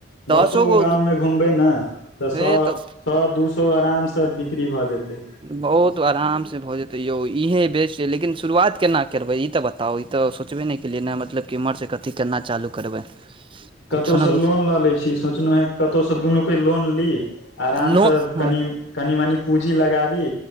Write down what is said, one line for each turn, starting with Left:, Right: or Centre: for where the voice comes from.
Right: दसो
Left: दस
Right: गो
Left: गाम घुमबै ने तऽ।
Right: हे
Left: सए
Right: तऽ
Left: दू सए आरामसँ बिक्री भऽ जेतै
Right: बहुत आरामसँ भऽ जेतै यौ। इएह बेस अछि, लेकिन शुरुआत केना करबै, ई तऽ बताउ। तऽ ओहि तऽ सोचबे नहि केलियै ने, मतलब कि एतयसँ ई केना चालू करबै।
Left: कतहुसँ
Right: कुछो ने कुछ
Left: लोन लऽ लेब, सोचलहुँ हँ, कतहुसँ दुनू गोटे लोन ली। आरामसँ
Right: लोन हँ
Left: कनि कनि-मनि पूँजी लगाबी